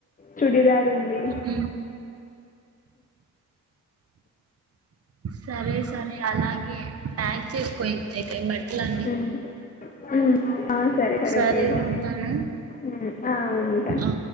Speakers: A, on the left (about 20°); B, on the right (about 35°).
A: చుడిదార్ ఉంది
B: ఈ సరే సరే అలాగే ప్యాక్ చేసుకోయిక మట్లన్నీ
A: మ్మ్. మ్మ్, ఆ,
B: సరే
A: తేజు
B: ఉంటాను
A: మ్మ్. ఆ, ఉంటా
B: ఆ